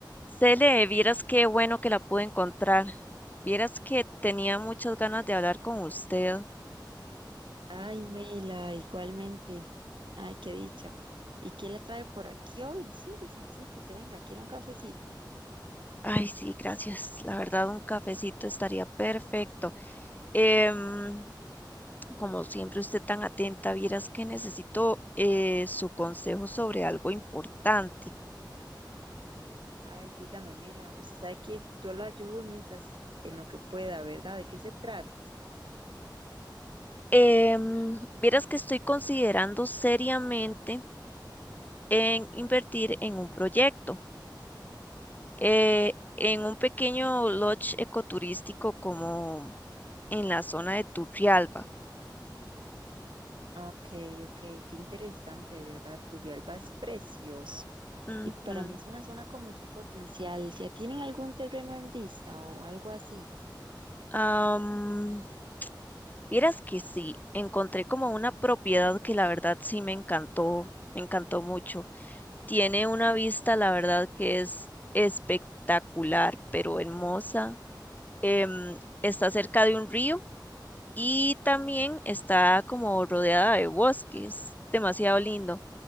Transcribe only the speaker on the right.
Ay, Mela, igualmente. Ay, qué dicha. ¿Y quién la trae por aquí hoy? Siéntese, siéntese, venga, quiere un cafecito.
Ay, dígame, Mela, usted sabe que yo la ayudo mientras en lo que pueda, ¿verdad? ¿De qué se trata?
Ok, ok, qué interesante, ¿verdad? Turrialba es precioso.
Y para mí es una zona con mucho potencial. ¿Ya tienen algún terreno en vista o algo así?